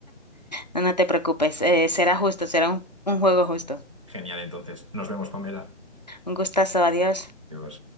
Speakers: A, on the left (about 35°); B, on the right (about 25°).
A: No, no te preocupes, eh, será justo, será un, un juego justo.
B: Genial, entonces. Nos vemos, Pamela.
A: Un gustazo, adiós.
B: Adiós.